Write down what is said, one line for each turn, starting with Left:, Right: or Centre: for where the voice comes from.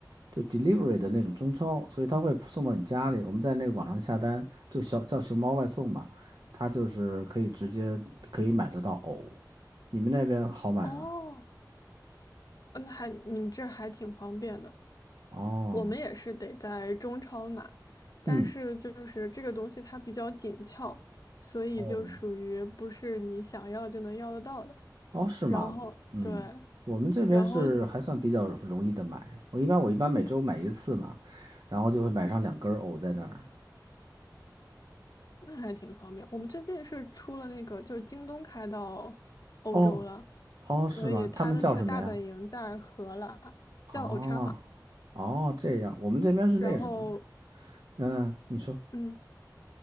Right: 就 delivery 的那种中超，所以他会送到你家里。我们在那个网上下单，就小叫熊猫外送嘛，它就是可以直接可以买得到藕。你们那边好买吗？
Left: 哦，那还你们这还挺方便的。
Right: 哦，
Left: 我们也是得在中超买，但是就是这个东西它比较紧俏，
Right: 嗯，
Left: 所以就属于不是你想要就能要得到的。
Right: 哦，哦，是吗？
Left: 然后对。
Right: 嗯，我们这边是还算比较容易的买。
Left: 然后
Right: 我一般我一般每周买一次嘛，然后就会买上两根儿藕在那儿。
Left: 那还挺方便。我们最近是出了那个，就是京东开到欧洲了，
Right: 哦，哦，是吗？
Left: 所以它的那个大本营在荷兰，
Right: 他们叫什么呀？啊，
Left: 叫 Ochama。
Right: 哦，这样，我们这边是那什么的。
Left: 然后，
Right: 嗯，你说，
Left: 嗯，